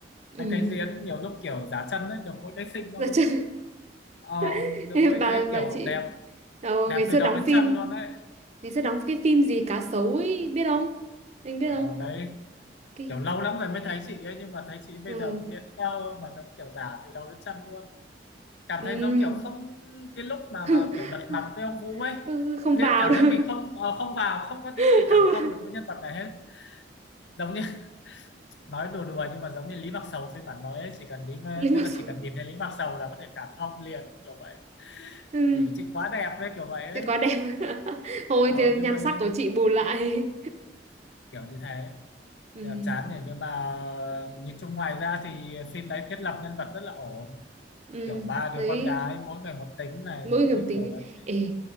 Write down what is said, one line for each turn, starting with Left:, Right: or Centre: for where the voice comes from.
Right: ừ.
Left: anh thấy diễn nhiều lúc kiểu giả chân ấy được mỗi cái xinh thôi
Right: Dạ, chứ-
Left: Ờ,
Right: <laughs>
Left: được mỗi
Right: bà
Left: cái
Right: bà
Left: kiểu
Right: chị
Left: đẹp
Right: Ờ,
Left: đẹp
Right: ngày xưa
Left: từ đầu
Right: đóng
Left: đến
Right: phim
Left: chân luôn đấy
Right: Mình sẽ đóng cái phim gì cá sấu ấy, biết không? Anh biết
Left: ờ,
Right: không?
Left: đấy
Right: Cái...
Left: kiểu lâu lắm rồi mới thấy chị ấy nhưng mà thấy chị bây
Right: Ừ.
Left: giờ diễn đâu mà giống kiểu giả từ đầu đến chân luôn cảm
Right: Ừ.
Left: thấy giống kiểu không cái lúc mà
Right: <laughs>
Left: mà kiểu lật mặt với ông Vũ ấy
Right: Ừ, Không
Left: diễn
Right: vào
Left: cảm
Right: được.
Left: thấy mình không ờ, không vào không có
Right: <laughs>
Left: tí gì
Right: Không
Left: cảm thông
Right: vào.
Left: được với nhân vật này hết giống như <laughs> nói đùa đùa nhưng mà giống như Lý Mạc Sầu phiên bản mới ấy, chỉ cần Lý Ma-
Right: Lý mặc
Left: tức là
Right: dù...
Left: chỉ cần nhìn thấy Lý Mạc Sầu là có thể cảm thông liền kiểu vậy
Right: Ừ.
Left: vì chị quá đẹp với kiểu vậy ấy
Right: Chị quá đẹp. <laughs> Thôi
Left: ờ,
Right: thì nhan
Left: nhưng mà
Right: sắc
Left: như,
Right: của chị bù lại.
Left: kiểu như thế
Right: Ừ.
Left: Dạ, chán này nhưng mà ờ, nhìn chung ngoài ra thì phim đấy thiết lập nhân vật rất là ổn
Right: Ừ.
Left: kiểu ba đứa
Right: Thấy
Left: con gái mỗi người một tính này
Right: mỗi
Left: giống
Right: người
Left: như
Right: một tính
Left: kiểu là chị
Right: ê